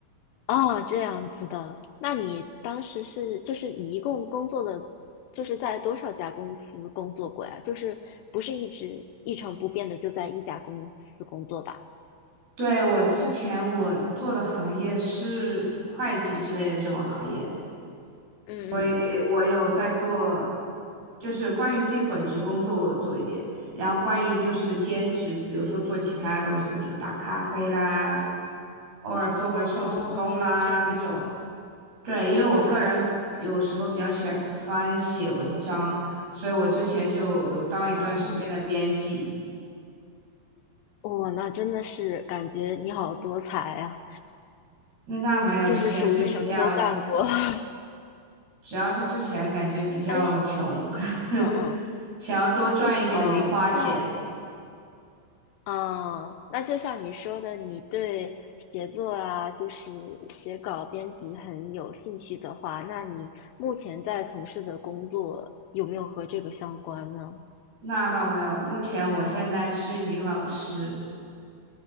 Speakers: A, on the left; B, on the right.
A: 哦，这样子的。那你当时是，就是你一共工作的，就是在多少家公司工作过呀？就是不是一直一成不变的就在一家公司工作吧？
B: 对，我之前我做的行业是会计之类的这种行业，
A: 嗯嗯，
B: 诶，我有在做，就是关于自己本职工作，我有做一点。然后关于就是兼职，比如说做其他的东西，比如说打咖啡啦，偶尔做个寿司工啦这种。
A: 哦，这样子。
B: 对，因为我个人有时候比较喜欢写文章，
A: 嗯嗯，
B: 所以我之前就有当一段时间的编辑。
A: 哦，哇，那真的是感觉你好多才啊，
B: 那那没有，
A: 就是属于什么都干过。
B: 之前是比较，
A: <laughs>
B: 主要是之前感觉比较穷，
A: 哎，嗯嗯，
B: <laughs> 想要多赚一点零花钱。
A: 哦，那哦，那就像你说的，你对写作啊，就是写稿、编辑很有兴趣的话，那你目前在从事的工作有没有和这个相关呢？
B: 那倒没有，目前我现在是一名老师，